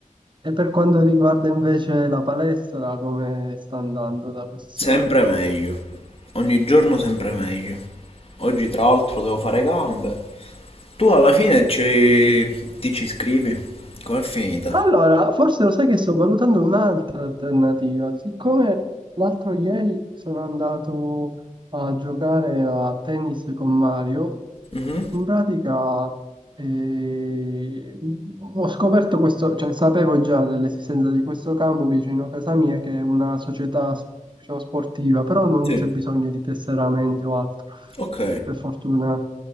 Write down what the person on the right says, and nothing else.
E per quanto riguarda invece la palestra, come sta andando la questione?
Allora, forse lo sai che sto valutando un'altra alternativa. Siccome l'altro ieri sono andato a giocare a tennis con Mario,
in pratica eh, ho scoperto questo, cioè sapevo già dell'esistenza di questo campo vicino a casa mia, che è una società, diciamo, sportiva, però non
c'è bisogno di tesseramenti o altro,
per fortuna.